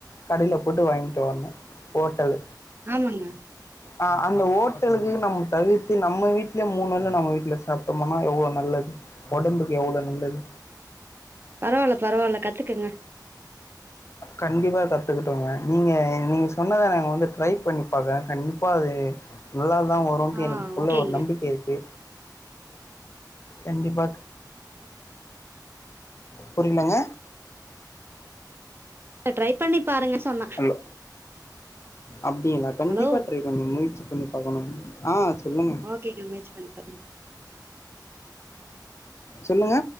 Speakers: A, on the left (about 40°); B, on the right (about 30°).
A: கடைல போட்டு வாங்கிட்டு வர்ணும் ஹோட்டலு
B: ஆமாங்க
A: ஆ அந்த ஓட்டலுக்கு நம்ம தவிர்த்து நம்ம வீட்லயே மூணு வேல நம்ம வீ ட்ல சாப்ட்டோம்னா எவ்ளோ நல்லது ஒடம்புக்கு எவ்ளோ நல்லது
B: பரவால்ல பரவால்ல கத்துக்கங்க அ
A: கண்டிப்பா கத்துக்கிட்டோங்க நீங்க நீங்க சொன்னத நாங்க வந்து ட்ரை பண்ணி பாக்கறேன் கண்டிப்பா அது நல்லாதான் வரும்ட்டு
B: ஆ
A: எனக்குக்குள்ள
B: ஓகேங்க
A: ஒரு நம்பிக்கை இருக்கு கண்டிப்பா புரியலங்க
B: ட்ரை பண்ணி பாருங்க சொன்ன
A: ஹலோ அப்டிங்ளா கண்டிப்பா
B: ஹலோ
A: ட்ரை பண்ணி முயற்சி பண்ணி பாக்கணுங்க ஆ சொல்லுங்க
B: ஓகேங்க முயற்சி பண்ணி பாருங்க
A: சொல்லுங்க